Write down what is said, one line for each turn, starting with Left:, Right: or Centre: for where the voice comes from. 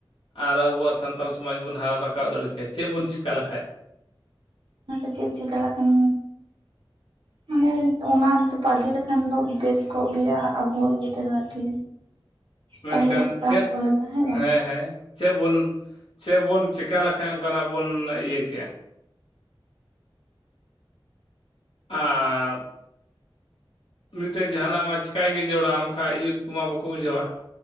Left: ᱟᱨ ᱟᱵᱚᱣᱟᱜ ᱥᱟᱱᱛᱟᱞ ᱥᱚᱢᱟᱡᱽ ᱵᱚᱱ ᱦᱟᱨᱟ ᱨᱟᱠᱟᱵ ᱨᱟᱠᱟᱵ ᱫᱟᱲᱮ ᱠᱮᱭᱟ᱾ ᱪᱮᱫ ᱵᱚᱱ ᱪᱤᱠᱟ ᱞᱮᱠᱷᱟᱡ?
Right: ᱚᱱᱟᱫᱚ ᱪᱮᱫ ᱪᱤᱠᱟ ᱞᱮᱠᱷᱟᱱ᱾ ᱢᱟᱱᱮ ᱚᱱᱟ ᱫᱚ ᱵᱟᱹᱜᱤ ᱞᱮᱠᱷᱟᱱ ᱫᱚ ᱵᱮᱥ ᱠᱚᱜ ᱜᱮᱭᱟ ᱟᱵᱚ ᱤᱭᱟᱹ ᱛᱮᱫᱚ ᱟᱨᱠᱤ᱾
Left: ᱢᱮᱱᱠᱷᱟᱱ
Right: ᱯᱟᱹᱦᱤᱞ ᱦᱟᱯᱲᱟᱢ
Left: ᱪᱮᱫ
Right: ᱠᱚ ᱞᱮᱠᱟ ᱦᱮᱸ ᱵᱟᱝ?
Left: ᱦᱮᱸ᱾ ᱪᱮ ᱵᱚᱱ ᱪᱮ ᱵᱚᱱ ᱪᱤᱠᱟ ᱞᱮᱠᱷᱟᱡ ᱚᱱᱠᱟᱱᱟᱜ ᱵᱚᱱ ᱤᱭᱟᱹ ᱠᱮᱭᱟ? ᱟᱨ ᱢᱤᱫᱴᱮᱡ ᱡᱟᱦᱟᱱᱟᱜ ᱢᱟ ᱪᱤᱠᱟᱭ ᱜᱮ ᱡᱚᱲᱟᱣ ᱟᱢᱠᱟᱱ ᱭᱩᱛᱷ ᱠᱚᱢᱟ ᱵᱟᱠᱚ ᱵᱩᱡᱷᱟᱹᱣᱟ᱾